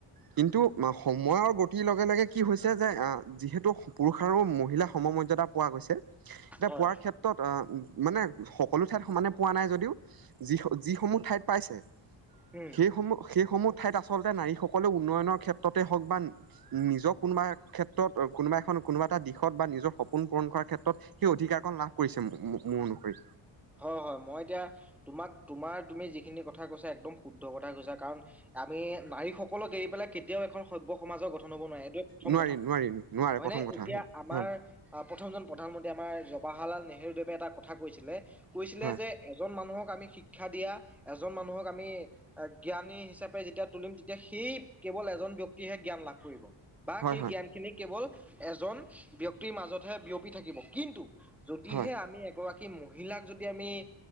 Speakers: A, on the right; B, in the centre.
A: কিন্তু সময়ৰ গতিৰ লগে লগে কি হৈছে যে, অহ, যিহেতু পুৰুষ পুৰুষ আৰু মহিলা সম মৰ্যাদা পোৱা গৈছে, এতিয়া
B: হয় হয়
A: পোৱাৰ ক্ষেত্ৰত ত্ৰত এ মানে সকলো ঠাইত সমানে পোৱা নাই যদিও যি যিসমূহ ঠাইত পাইছে,
B: উম
A: সেইসমূহ সেইসমূহ ঠাইত আচলতে নাৰীসকলৰ উন্নয়নৰ ক্ষেত্ৰতে হওঁক বা নিজৰ কোনোবা ক্ষেত্ৰত, কোনোবা এখন কোনোবা এটা দিশত বা নিজৰ সপোন পূৰণ কৰাৰ ক্ষেত্ৰত, সেই অধিকাৰ কণ লাভ কৰিছে, মোৰ অনুসৰি।
B: হয়, হয় মই এতিয়া তোমাক তোমাৰ তুমি যিখিনি কথা কৈছা একদম শুদ্ধ কথা কৈছা। কাৰণ আমি নাৰীসকলক এৰি পেলাই কেতিয়াও এখন সভ্য সমাজৰ গঠন হ'ব নোৱাৰে এইটো প্ৰথম
A: নোৱাৰি
B: কথা।
A: নোৱাৰি নোৱাৰে
B: হয়
A: প্ৰথম
B: নে?
A: কথা
B: এতিয়া
A: হয়
B: আমাৰ
A: হয়
B: অহ, প্ৰথমজন প্ৰধানমন্ত্ৰী আমাৰ জৱাহৰলাল নেহেৰুদেৱে এটা কথা কৈছিলে, কৈছিলে
A: হয়
B: যে এজন মানুহক আমি শিক্ষা দিয়া, এজন মানুহক আমি জ্ঞানী হিচাপে যেতিয়া তুলিম, তেতিয়া সেই কেৱল এজন ব্যক্তিহে জ্ঞান লাভ কৰিব। বা
A: হয়
B: সেই
A: হয়
B: জ্ঞানখিনি কেৱল এজন ব্যক্তিৰ মাজতহে বিয়পি থাকিব, কিন্তু যদিহে
A: হয়
B: আমি এগৰাকী মহিলাক যদি যদি আমি এ